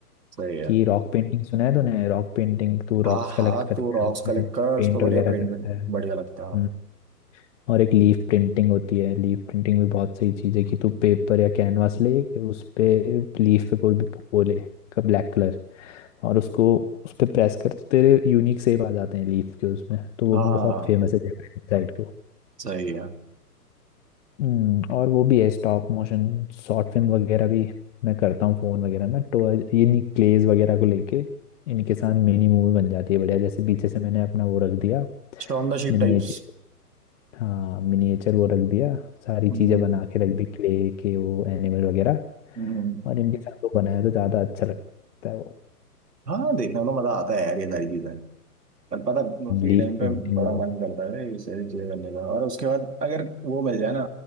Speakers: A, on the right (about 85°); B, on the left (about 50°).
A: सही है
B: कि रॉक पेंटिंग सुना है तूने रॉक पेंटिंग तू रॉक्स
A: हाँ हाँ
B: कलेक्ट करता
A: तो रॉक्स
B: है उसमें
A: कलेक्ट कर
B: पेंट
A: उस पर बढ़िया
B: वगैरह
A: पेंट
B: करता है
A: बढ़िया लगता
B: हम्म,
A: है
B: और एक लीफ प्रिंटिंग होती है लीफ प्रिंटिंग भी बहुत सही चीज़ है कि तू पेपर या कैनवास ले कि उस पे लीफ पे कोई भी वो ले का ब्लैक कलर और उसको उस पे प्रेस कर तो तेरे यूनिक शेप आ जाते हैं लीफ के उसमें तो वो
A: हाँ
B: भी बहुत फेमस है जापान साइड को।
A: सही है
B: हम्म, और वो भी है स्टॉप मोशन शॉर्ट फिल्म वगैरह भी मैं करता हूँ फोन वगैरह ना तो इन्हीं क्लेज वगैरह को लेके इनके साथ मिनी मूवी बन जाती है बढ़िया जैसे पीछे से मैंने अपना वो रख दिया
A: Stone the ship
B: मिनिएचर
A: types
B: हाँ मिनिएचर वो रख दिया सारी
A: हम्म
B: चीज़ें बना के रख दी क्ले के वो एनिमल वगैरह
A: हम्म।
B: और इनके साथ वो बनाया तो ज़्यादा अच्छा लगता है वो
A: हाँ देखने में तो मजा आता है यार ये सारी पर पता है, फ्री
B: लीफ
A: टाइम पे
B: पेंटिंग
A: बड़ा
B: वगैरह
A: मन करता है ना ये सारी चीजें करने का और उसके बाद अगर वो मिल जाए ना